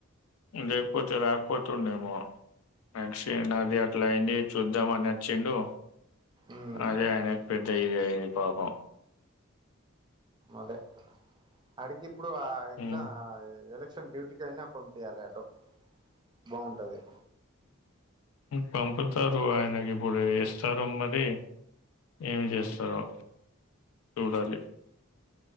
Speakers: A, on the left; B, on the right.
A: లేకపోతే రకపోతుండేమో నెక్ట్ అది అట్లా అయింది చూద్దామ అని నచ్చిండు
B: ఉమ్
A: అదే ఆయనకి పెద్ద ఇ ఇది అయింది పాపం
B: అదే అడుగు ఇప్పుడు ఆ
A: ఉమ్.
B: ఎగ్జామ్ ఎలక్షన్ డ్యూటీ ఎనా పంపియాలి అటు బాగుంటది
A: పంపుతారు ఆయనకి ఇప్పుడు ఇస్తారు మరి ఏం
B: ఆ
A: చేస్తారో చూడాలి